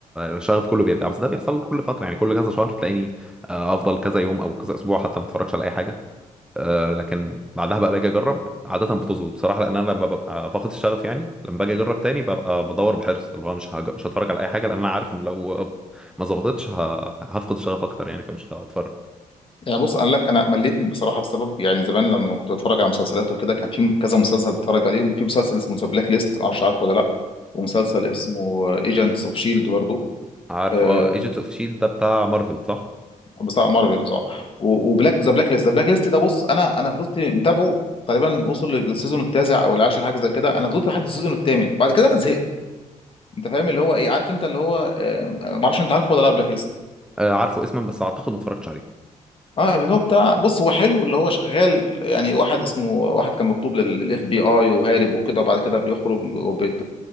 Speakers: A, in the centre; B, on the left.
A: الشغف كله بيرجع بس ده بيحصل كل فترة يعني كل كذا شهر تلاقيني آه، أفضل كذا يوم أو كذا أسبوع حتى ما أتفرجش على أي حاجة آه لكن بعدها بقى باجي اجرب عاده بتظبط بصراحه لان انا لما ببقى فاقد الشغف يعني لما باجي اجرب تاني ببقى بدور بحرص اللي هو مش هج... مش هتفرج على اي حاجه لان انا عارف ان لو ما ظبطتش ه... هفقد الشغف اكتر يعني فمش هتفرج
B: يعني بص انا لك انا مليت بصراحه بسبب يعني زمان لما كنت بتفرج على مسلسلات وكده كان في كذا مسلسل بتفرج عليهم في مسلسل اسمه ذا بلاك ليست ما اعرفش عارفه ولا لا ومسلسل اسمه ايجنتس اوف شيلد برضه
A: عارفه
B: آه،
A: اه ايجنت اوف شيلد ده بتاع مارفل صح
B: بتاع مارفلز اه و- وبلاك ذا بلاك ليست ذا بلاك ليست ده بص انا انا فضلت متابعه تقريبا وصل للسيزون التاسع او العاشر حاجه زي كده انا فضلت لحد السيزون الثامن بعد كده انا زهقت انت فاهم اللي هو ايه عارف انت اللي هو آه، ما اعرفش انت عارفه ولا لا بلاك ليست
A: آه عارفه اسما بس اعتقد ما اتفرجتش عليه
B: اه اللي هو بتاع بص هو حلو اللي هو شغال يعني واحد اسمه واحد كان مكتوب للاف بي اي وهارب وكده وبعد كده بيخرج وبيت